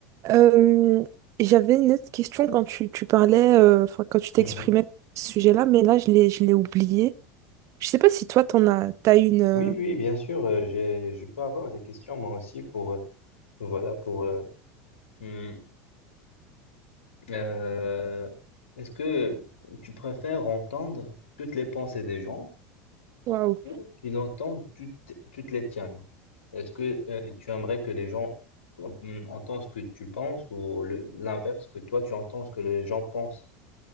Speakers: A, on the right; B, on the left.
A: Euh, j'avais une autre question quand tu, tu parlais, euh, enfin, quand tu t'exprimais
B: Mhm.
A: à ce sujet-là, mais là, je l'ai, je l'ai oublié. Je sais pas si toi, t'en as, t'as une. euh,
B: Oui, oui, bien sûr. euh, j'ai, je peux avoir des questions moi aussi pour, euh, voilà, pour. euh, mm, euh, est-ce que tu préfères entendre toutes les pensées des gens?
A: Waouh.
B: ou qui l'entendent, tu, te- tu te les tiens. Est-ce que euh, tu aimerais que les gens mm, entendent ce que tu penses ou le- l'inverse, que toi tu entends ce que les gens pensent?